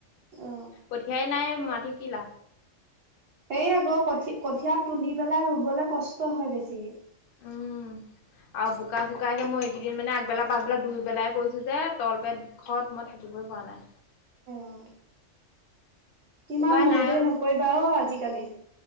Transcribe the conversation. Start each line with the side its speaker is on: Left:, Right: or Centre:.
Right: অ
Left: কঠিয়াই নাই মাতি কি লাভ।
Right: সেইয়াই আকৌ কঠ কঠিয়া তুলি পেলাই ৰুবলৈ কষ্ট হয় বেছিকে। <unintelligible>
Left: উম। আৰু বোকা চোকােই মই এইকেইদিন মানে আগবেলা পাচবেলা দুইবেলাই গৈছো যে তলপেট। বিষত মই থাকিবই পোৱা নাই।
Right: অ ইমান
Left: উপায়
Right: মইতই
Left: নাই
Right: নকৰিবা অ আজিকালি।